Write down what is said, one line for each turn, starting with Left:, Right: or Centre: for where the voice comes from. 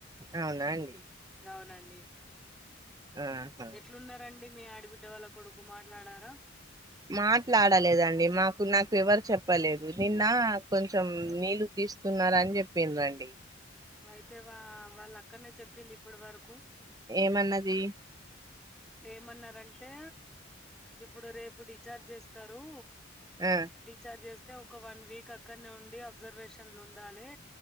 Right: అవునా అండి
Centre: అవునండి
Right: ఆహా
Centre: ఎట్లున్నరండి మీ ఆడబిడ్డ వాళ్ళ కొడుకు మాట్లాడారా
Right: మాట్లాడలేదండి మాకు నాకు ఎవరు చెప్పలేదు నిన్న కొంచెం నీళ్లు తీస్ స్తున్నార అని చెప్పింది అండి
Centre: అయితే వా వాళ్ళు అక్కడనే చెప్పింది ఇప్పటి వరకు
Right: ఏమన్నది
Centre: ఏమన్నారంటే ఇప్పుడు రేపు డిశ్చార్జ్ చేస్తారు
Right: మ్మ్
Centre: డిశ్చార్జ్ చేస్తే ఒక వన్ వీక్ అక్కడ్నే ఉండి అబ్జర్వేషన్లు ఉండాలి